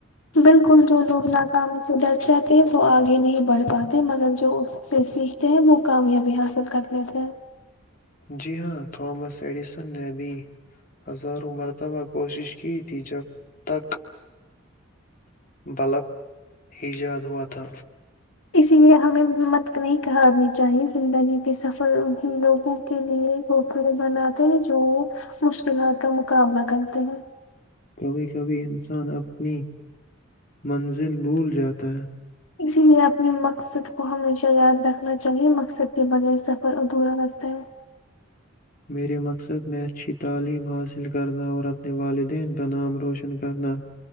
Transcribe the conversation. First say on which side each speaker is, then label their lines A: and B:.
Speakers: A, on the left; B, on the left.
A: بالکل جو لوگ ناکام سے ڈر جاتے ہیں وہ آگے نہیں بڑھ پاتے مگر جو اس سے سیکھتے ہیں وہ کامیابی حاصل کر لیتے ہیں
B: جی ہاں تھامس ایڈیسن نے ابھی ہزاروں مرتبہ کوشش کی تھی جب تک بلب ایجاد ہوا تھا
A: اسی لیے ہمیں ہمت نہیں کرنی چاہییں زندگی کے سفر ان لوگوں کے لیے گوور بناتے ہیں جو مشکلات کا مقابلہ کرتے ہیں
B: کبھی کبھی ان اپنی منزل بھول جاتا ہے
A: اسی لیئے اپنے مقصد کو ہمیشہ یاد رکھنا چاہی، مقصد کے بغیر سفر اوردورا رتے ہیں
B: میرے مقصد میں اچھی تعلیم حاصل کرنا اور اپنے والدین کا نام روشن کرنا